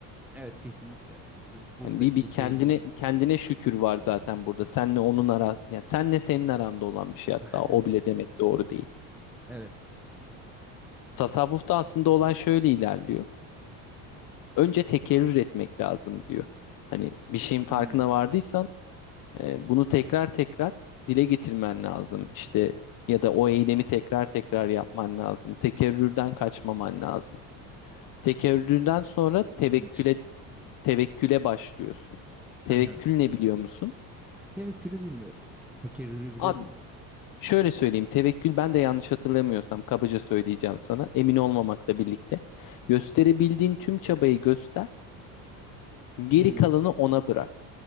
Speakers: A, in the centre; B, on the left (about 55°).
A: Evet kesinlikle. Bu, buradaki
B: Hani bir bir kendine
A: şey değil.
B: kendine şükür var zaten burada. Senle onun ara yani senle senin aranda olan bir şey hatta
A: <laughs>
B: o bile demek doğru değil.
A: Evet.
B: Tasavvufta aslında olan şöyle ilerliyor. Önce tekerrür etmek lazım diyor. Hani bir şeyin farkına
A: Hmm.
B: vardıysan e, bunu tekrar tekrar dile getirmen lazım. İşte ya da o eylemi tekrar tekrar yapman lazım. Tekerrürden kaçmaman lazım. Tekerrürden sonra tevekküle
A: İlginç.
B: tevekküle başlıyorsun.
A: Hı
B: Tevekkül
A: hı.
B: ne biliyor musun?
A: Tevekkülü bilmiyorum. Tekerrürü biliyordum
B: Abi
A: da.
B: Şöyle söyleyeyim, tevekkül ben de yanlış hatırlamıyorsam kabaca söyleyeceğim sana, emin olmamakla birlikte. Gösterebildiğin tüm çabayı göster, geri
A: Hmm.
B: kalanı ona bırak.